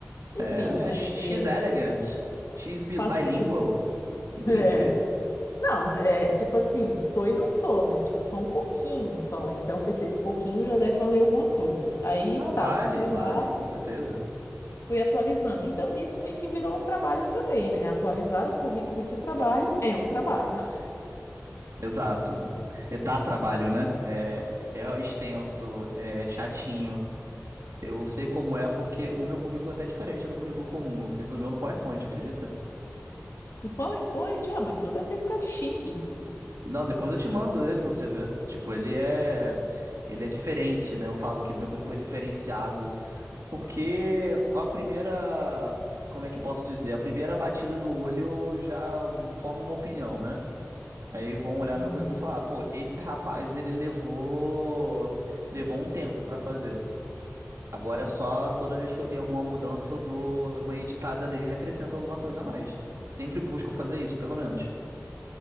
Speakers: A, on the left; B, on the right.
A: Enfim,
B: é, né?
A: né?
B: She's
A: Porque
B: elegant. She's bi-
A: facilita.
B: bilingual.
A: <laughs>
B: Entendi.
A: É. Não, é, tipo assim, sou e não sou, né? Tipo, eu sou um pouquinho só. Então, pensei, esse pouquinho já deve valer alguma coisa. Aí,
B: Ah,
A: tá,
B: vale,
A: fui
B: vale,
A: lá.
B: com certeza.
A: fui atualizando. Então, nisso meio que virou um trabalho também, né? Atualizar o currículo de trabalho é um trabalho. <laughs>
B: Exato. É, dá trabalho, né? É, é extenso, é chatinho. Eu sei como é porque o meu currículo é até diferente do currículo comum. Eu fiz o meu no PowerPoint, acredita?
A: No PowerPoint, ah, mas tu deve ter ficado chique.
B: Não, depois eu te mando ele pra você ver. Tipo, ele é. Ele é diferente, né? Eu falo que meu currículo é diferenciado. Porque a primeira. Como é que eu posso dizer? A primeira batida do olho já forma uma opinião, né? Aí vão olhar
A: Uhum.
B: meu currículo e falar: "Ah, pô, esse rapaz, ele levou. Levou um tempo pra fazer. Agora é só toda vez que eu tenho alguma mudança, eu dou uma editada nele, acrescento alguma coisa a mais. Sempre busco fazer isso, pelo menos.